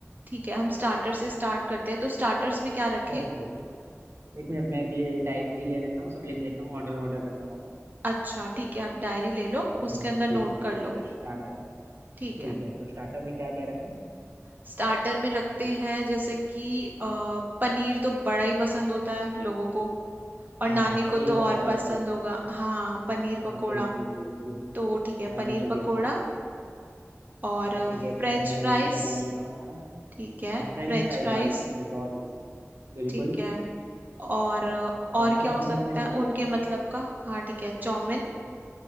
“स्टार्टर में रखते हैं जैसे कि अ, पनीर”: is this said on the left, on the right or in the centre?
Right